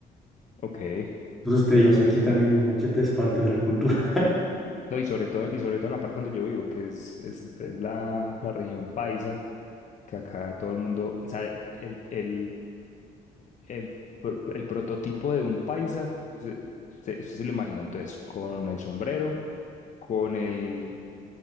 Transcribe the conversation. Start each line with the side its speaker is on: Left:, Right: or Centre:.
Left: ok.
Centre: Entonces te digo, o sea, aquí también el machete es parte de la cultura.
Left: No, y sobre todo, y sobre todo en la parte donde yo vivo, que es, es, es la, la región paisa, que acá todo el mundo, o sea, el, el, el, pro- el prototipo de un paisa, se- se- usted se lo imagina entonces, con el sombrero, con el